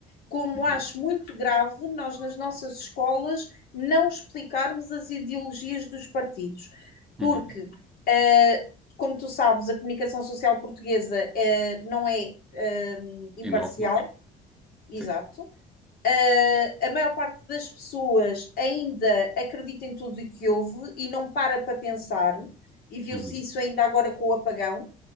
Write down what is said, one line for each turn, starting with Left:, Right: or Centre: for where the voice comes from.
Left: como
Centre: Uhum,
Left: acho muito grave nós nas nossas escolas não explicarmos as ideologias dos partidos, porque,
Centre: uhum.
Left: eh, como tu sabes, a comunicação social portuguesa eh, não é eh, imparcial,
Centre: Inócula.
Left: exato.
Centre: Sim.
Left: Eh, a maior parte das pessoas ainda acredita em tudo o que houve e não para para pensar, e viu-se
Centre: Uhum.
Left: isso ainda agora com o apagão